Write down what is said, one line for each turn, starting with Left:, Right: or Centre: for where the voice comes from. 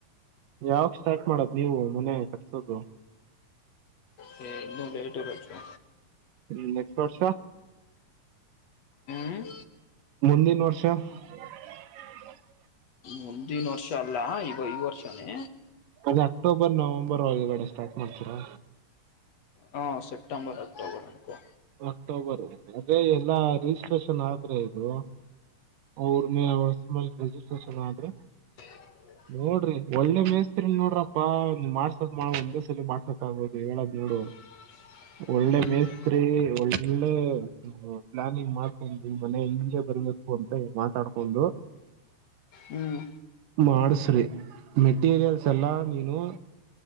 Right: ಯಾವಾಗ ಸ್ಟಾರ್ಟ್ ಮಾಡದ ನೀವು ಮನೆ ಕಟ್ಸೋದು.
Left: ಹೆ ಇನ್ನು ಲೇಟು ಮಚ್ಚಾ.
Right: ಹು ನೆಕ್ಸ್ಟ್ ವರ್ಷ
Left: ಹ್ಮ್
Right: ಮುಂದಿನ ವರ್ಷ. ಇಲ್ಲಾ ಬಿಡ ಲಿಂಕ್ ಆಗಿ.
Left: ಮುಂದಿನ ವರ್ಷ ಅಲ್ಲಾ ಈ ವರ್ಷನೇ.
Right: ಅದೇ ಅಕ್ಟೋಬರ ನವೆಂಬರ ಒಳಗಡೆ ಸ್ಟಾರ್ಟ್ ಮಾಡ್ತೀರಾ.
Left: ಹಾ ಸೆಪ್ಟೆಂಬರ ಅಕ್ಟೋಬರ ಅನ್ನಕೋ.
Right: ಅಕ್ಟೋಬರ ಅದೆ ಎಲ್ಲಾ ರಿಜಿಸ್ಟ್ರೇಷನ ಆದ್ರೆ ಇದು. ಅವ್ರ ಮೇಲೆ <unintelligible> ಮೇಲ್ ರೆಜಿಸ್ಟ್ರೇಷನ್ ಆದ್ರೆ.
Left: <unintelligible>
Right: ನೋಡ್ರಿ ಒಳ್ಳೆ ಮೇಸ್ತ್ರಿ ನೋಡ್ರಪ್ಪಾ ಮಾಡ್ಸೋದ ಮಾಡ ಒಂದೇ ಸಲ ಮಾಡ್ಸಕ್ ಆಗದು ಹೇಳದ್ ನೋಡು.
Left: <inaudible>
Right: ಒಳ್ಳೆ
Left: ಹ್ಮ್
Right: ಮೇಸ್ತ್ರಿ ಒಳ್ಳೆ. ಪ್ಲಾನಿಂಗ್ ಮಾಡ್ಕೊಂಡು ಮನೆ ಹಿಂಗೆ ಬರ್ಬೇಕು ಅಂತ ಮಾತಾಡ್ಕೊಂಡು.
Left: ಹ್ಮ್
Right: ಮಾಡಸ್ರಿ ಮೆಟೀರಿಯಲ್ಸ್ ಎಲ್ಲಾ ನೀನು.